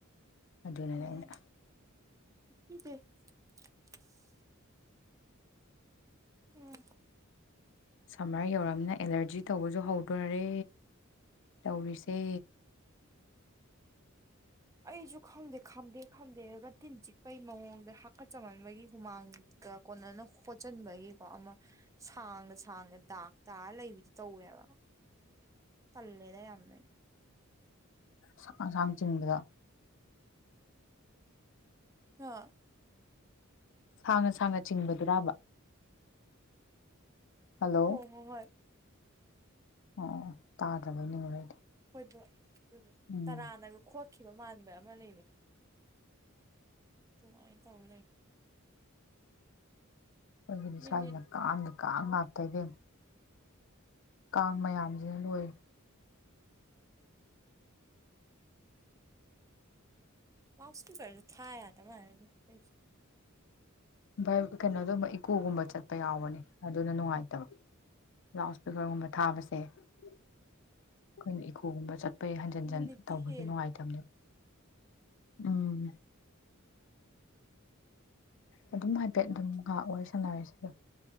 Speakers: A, on the left; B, on the right.
A: ꯑꯗꯨꯅꯅ
B: ꯎꯝ
A: ꯑꯩꯅ
B: ꯄꯤꯗꯦ <inaudible> ꯎꯝ
A: ꯁꯝꯃꯔ ꯌꯧꯔꯝꯅ ꯑꯦꯂꯔꯖꯤ ꯇꯧꯕꯁꯨ ꯍꯧꯗꯣꯔꯦ ꯇꯧꯔꯤꯁꯦ
B: ꯑꯩꯁꯨ ꯈꯪꯗꯦ ꯈꯥꯝꯗꯦꯛ ꯈꯥꯝꯗꯦꯛꯑꯒ ꯇꯤꯟ ꯆꯤꯛꯄꯒꯤ ꯃꯑꯣꯡꯗ ꯍꯥꯀꯠ ꯆꯝꯍꯟꯕꯒꯤ ꯍꯨꯃꯥꯡꯒ ꯀꯣꯟꯅꯅ ꯍꯣꯠꯆꯟꯕꯒꯤꯀꯣ ꯑꯃ ꯁꯥꯡꯅ ꯁꯥꯡꯅ ꯗꯥꯛ ꯇꯥꯔ ꯂꯩꯕꯗꯨ ꯇꯧꯋꯦꯕ ꯇꯜꯂꯦꯗ ꯌꯥꯝꯅ ꯑ‌ꯩ
A: ꯁꯥꯡ ꯁꯥꯡ ꯆꯤꯡꯕꯗ‌ꯣ
B: ꯍꯥ
A: ꯁꯥꯡꯅ ꯁꯥꯡꯅ ꯆꯤꯡꯕꯗꯨꯔꯕ ꯍꯜꯂꯣ
B: ꯍ‌ꯣꯏ ꯍꯣꯏ ꯍ‌ꯣꯏ
A: ꯑꯣ ꯇꯥꯗꯥꯕꯩ ꯅꯤꯡꯉꯨꯔ‌ꯦ ꯑꯩꯗꯤ
B: ꯑꯩꯈꯣꯏꯗ ꯑꯗꯨ
A: ꯎꯝ
B: ꯇꯔꯥꯅꯒ ꯈꯣꯠ ꯈꯤꯕ ꯃꯥꯟꯕ ꯑꯃ ꯂꯩꯕꯅꯦ ꯑꯗꯨꯃꯥꯏꯅ ꯇꯧꯔ ꯂꯩ
A: ꯑꯩꯈꯣꯏꯒꯤꯅꯤ
B: ꯃꯤꯅꯤꯠ
A: ꯁꯥꯏꯖꯤꯅꯥ ꯀꯥꯡꯗꯤ ꯀꯥꯡ ꯉꯥꯛꯇ ꯏꯕ‌ꯦꯝ ꯀꯥꯡ ꯃꯌꯥꯝꯖꯤꯅ ꯂꯣꯏꯔ‌ꯦ
B: ꯂꯥꯎꯗ ꯏꯁꯄꯤꯛꯀ꯭ꯔꯖꯨ ꯊꯥ ꯌꯥꯗ ꯃꯥꯜꯂꯦꯅ ꯇꯧꯔꯤꯖꯦ
A: ꯚ ꯀꯩꯅꯣꯒꯨꯝꯕ ꯏꯀꯣꯒꯨꯝꯕ ꯆꯠꯄ ꯌꯥꯎꯕꯅꯦ ꯑꯗꯨꯅ ꯅꯨꯡꯉꯥꯏꯇꯕ ꯥ ꯂꯥꯎꯗ ꯏꯁꯄꯤꯀꯔꯒꯨꯝꯕ ꯊꯥꯕꯁꯦ ꯑꯩꯈꯣꯏꯅ ꯏꯀꫭꯒꯨꯝꯕ ꯆꯠ ꯄꯩ ꯍꯟꯖꯟ ꯍꯟꯖꯟ
B: ꯃꯤꯅꯤꯠꯇꯤ
A: ꯇꯧꯕꯗꯨ
B: ꯍꯦꯜꯂꯦ
A: ꯅꯨꯡꯉꯥꯏꯇꯝꯅꯦꯕ ꯎꯝ ꯑꯗꯨꯝ ꯍꯥꯏꯐꯦꯠ ꯑꯗꯨꯝ ꯉꯥꯏꯍꯥꯛ ꯋꯥꯔꯤ ꯁꯥꯟꯅꯔꯁꯤꯗ